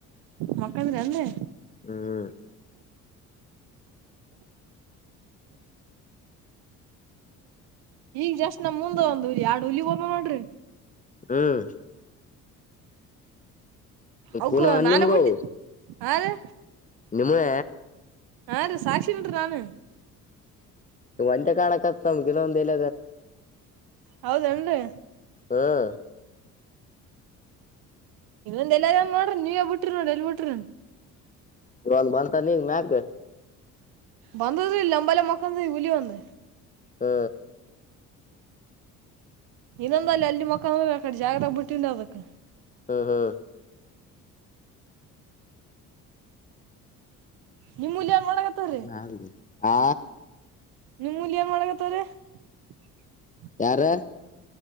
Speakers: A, on the right; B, on the left.
A: ಮಕ್ಕಳಿದೆ ಅಲ್ಲೆ
B: ಹ್ಮ್
A: ಈಗ್ ಜಸ್ಟ್ ನಮ್ ಮುಂದೆ ಒಂದುಎರಡು ಹುಲಿ ಹಮ್ಮ ಮಾಡ್ರಿ
B: ಹ್ಮ್
A: ಅಕ್ಕ
B: ಕೂನ
A: ನಾನೇ
B: ನಿಮ್ಗವು
A: ಬಿುಟ್ಟಿದ್ದ ಹ ರ
B: ನಿಮೇ
A: ಹಾ ರೀ ಸಾಕ್ಷಿನ್ರಿ ನಾನ್
B: ಮಂದ ಕಣಕ್ಕತ್ತ ಮಗನ ಎಂದೇಲ
A: ಹೌದನ್ರಿ
B: ಹ್ಮ್
A: ಇ ಒಂದ ಎಲ್ಲಾ ನೋಡ್ರ ನೀವೇ ಬಿರಿ ನೋ ಎಲ್ಲಿ ಬಿಟ್ರಿ
B: ಲ್ ಬಂದಂತ ನೀ ಮಕ
A: ಬಂದ ಇ ನಂಬಲ್ಲ ಮಕ್ಕಂದ ಹಲಿ ಬಂದ
B: ಹ್ಮ
A: ಇನ್ನೊಂದ ಅಲ್ಲಿ ಅಲ್ಲಿ ಮಕ್ಕಳಂದ್ರೆ ಆ ಕಡೆ ಜಾಗದಾಗ ಬಿಟ್ಟಿಂದ ಅದಕ್
B: ಹ್ಮ ಹ್ಮ
A: ನಿಮ್ಮಲ್ಲಿಂಗ ಒಳಗತ್ತವ್ರೀ
B: ಹ್ಮ್ ಆ
A: ನಿಮ್ಮಲ್ ಹಂಗ ಒಳಗತ್ತ <unintelligible>
B: ಯಾರ